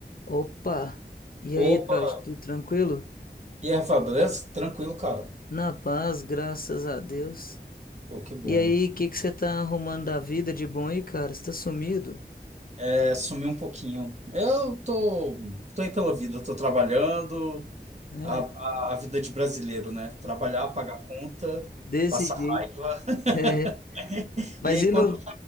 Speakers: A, on the left; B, on the right.
A: Opa! E aí,
B: Opa!
A: Jorge, tudo tranquilo?
B: E aí, Rafael, beleza? Tranquilo, cara.
A: Na paz, graças a Deus.
B: Pô, que bom.
A: E aí, o que que você tá arrumando da vida de bom aí, cara? Você tá sumido?
B: É, sumi um pouquinho. Eu tô, tô aí pela vida, eu tô trabalhando,
A: É,
B: a, a, a vida de brasileiro, né? Trabalhar, pagar conta,
A: desse
B: passar
A: jeito.
B: raiva. <laughs>
A: É. Mas
B: E aí,
A: e
B: quando,
A: não